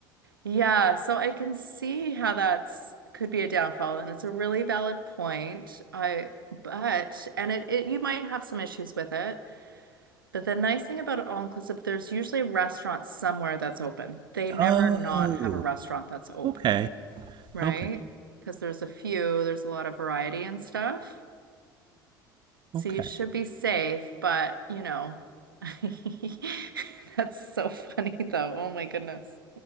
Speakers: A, on the right (about 80°); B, on the right (about 40°).
A: Yeah, so I can see how that's could be a downfall, and it's a really valid point. I but and it, it you might have some issues with it. But the nice thing about all inclusive, there's usually a restaurant somewhere that's open. They never
B: Oh,
A: not have a restaurant that's open,
B: okay,
A: right?
B: okay,
A: Because there's a few, there's a lot of variety and stuff. So
B: okay.
A: you should be safe, but you know, <laughs> that's so funny though. Oh my goodness.